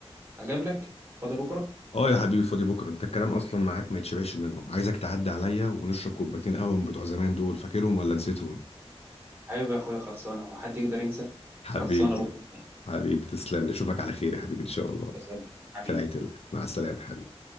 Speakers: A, on the right; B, on the left.
A: أقابلك فاضي بكرة
B: اه يا حبيبي فاضي بكره انت الكلام اصلا معاك ما يتشبعش منه عايزك تعدي عليا ونشرب كوبايتين قهوه من بتوع زمان دول فاكرهم ولا نسيتهم
A: حبيبي يا أخويا خلصانة هو حد يقدر ينسى
B: حبيبي
A: خلصانة بكرة
B: حبيبي تسلم لي اشوفك على خير يا حبيبي ان شاء الله
A: سلام. حبيبي
B: في رعايه الله مع السلامه